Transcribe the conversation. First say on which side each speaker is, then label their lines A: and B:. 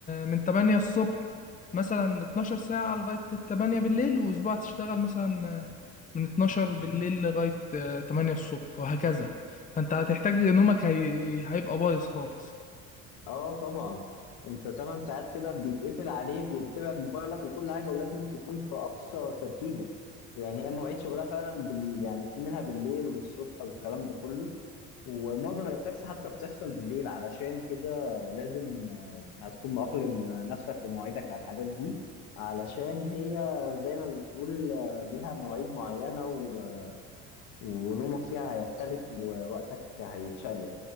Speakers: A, on the left; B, on the left.
A: من 8 الصبح مثلا 12 ساعة لغاية 8 بالليل واسبوع هتشتغل مثلا من 12 بالليل لغاية 8 الصبح وهكذا فانت هتحتاج نومك هي... هيبقى بايظ خالص
B: اه طبعا انت 8 ساعات كده بيتقفل عليك وبتبعد موبايلك وكل حاجه ولازم تكون في اقصى تركيزك يعني هي مواعيد شغلها فعلا بال... يعني في منها بالليل والصبح والكلام ده كله ومعظم الاتاكس حتى بتحصل بالليل علشان كده لازم آه، هتكون مأقلم نفسك ومواعيدك على الحاجات دي علشان هي زي ما بتقول آه، ليها مواعيد معينة و- ونومك فيها هيختلف ووقتك هيتشقلب